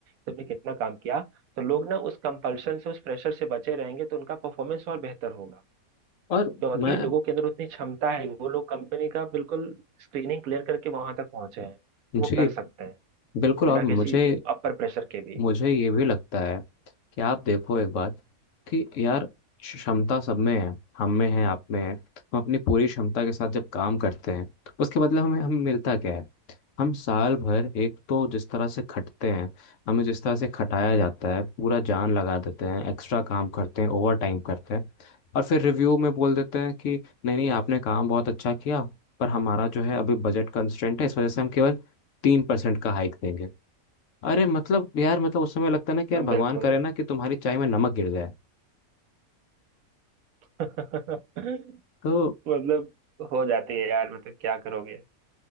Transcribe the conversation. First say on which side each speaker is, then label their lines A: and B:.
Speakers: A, on the right; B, on the left.
A: तुमने कितना काम किया तो लोग ना उस कंपल्शन से उस प्रेशर से बचे रहेंगे तो उनका परफॉर्मेंस और बेहतर होगा
B: और
A: क्योंकि
B: मैं
A: लोगों के अंदर उतनी क्षमता है वो लोग कंपनी का बिल्कुल स्क्रीनिंग क्लियर करके वहां तक पहुंचे हैं तो
B: जी
A: वो कर सकते हैं
B: बिल्कुल
A: बिना
B: और
A: किसी
B: मुझे
A: अपर प्रेशर के भी
B: मुझे ये भी लगता है कि आप देखो एक बात कि यार क्षमता सब में है हम में है आप में है हम अपनी पूरी क्षमता के साथ जब काम करते हैं उसके बदले हमें हमें मिलता क्या है हम साल भर एक तो जिस तरह से खटते हैं हमें जिस तरह से खटाया जाता है पूरा जान लगा देते हैं एक्स्ट्रा काम करते हैं ओवर टाइम करते हैं और फिर रिव्यू में बोल देते हैं कि नहीं नहीं आपने काम बहुत अच्छा किया पर हमारा जो है अभी बजट कंस्ट्रेंट है इस वजह से हम केवल तीन परसेंट का हाइक देंगे अरे मतलब यार मतलब उस समय लगता है ना कि
A: हाँ,
B: यार भगवान
A: बिल्कुल
B: करे ना कि तुम्हारी चाय में नमक गिर जाए
A: <laughs>
B: तो
A: मतलब हो जाती है यार मतलब क्या करोगे